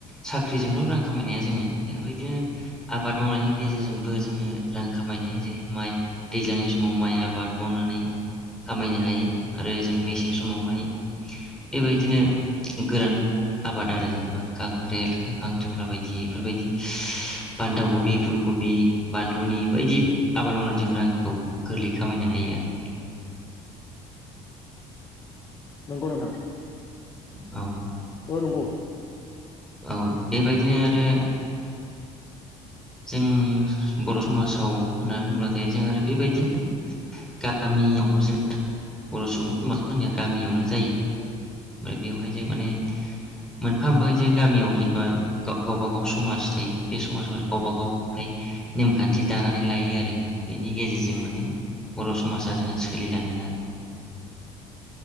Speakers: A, in the centre; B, on the left.
A: साख्रिजोंल' रां खामायनाया जोङो जेनेबा बिदिनो आबाद मावनायनि गेजेरजोंबो जोङो रां खामायनो हायो जेरै माइ दैज्लांनि समाव माइ आबाद मावनानै खामायनो हायो आरो जों मेसें समावहाय बेबायदिनो गोरान आबाद आरो जेनेबा खाख्रलखा खांख्रिमला बायदि बेफोरबायदि बान्दा कबि फुलकबि बानलुनि बायदि आबाद मावनानै जों रांखौ गोरलै खामायनो हायो आरो।
B: नंगौ नोंथां।
A: औ
B: द नोंगौ।
A: औ बेबायदिनो आरो जों बर' समाजाव होननानै बुंब्लाथाय जों आरो बेबायदिनो गामियाव जों बर' सुबुं समाजा जोंनिया गामियावनो जायो ओमफ्राय बेवहाय जों माने मोनफा मोनफादि गामियाव जेनेबा गावबा गाव समाज थायो बे समाजाव गावबा गावहाय नेमखान्थि दानानै लायो आरो बेनि गेजेरजों माने बर' समाजा जोंना सोलिलाङो आरो।